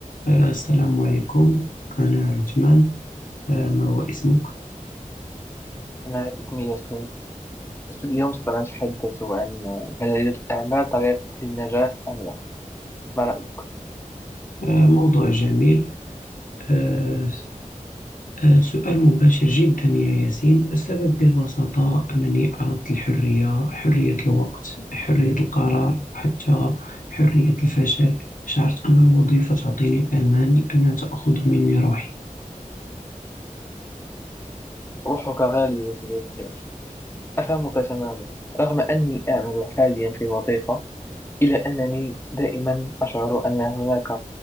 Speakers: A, on the left (about 75°); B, on the left (about 15°).
A: آه، السلام عليكم أنا عثمان آه، ما هو اسمك؟
B: أنا اسمي ياسين اليوم سوف نتحدث عن هل للأعمال طريق للنجاح أم لا ما رأيك؟
A: آه، موضوع جميل آه، آه، سؤال مباشر جدا يا ياسين السبب ببساطة أنني أردت الحرية حرية الوقت حرية القرار وحتى حرية الفشل شعرت أن الوظيفة تعطيني الأمان لأنها تأخذ مني روحي
B: روحك غالية يا صديقي عثمان أفهمك تماما رغم أني أعمل حاليا في وظيفة إلا أنني دائما أشعر أن هناك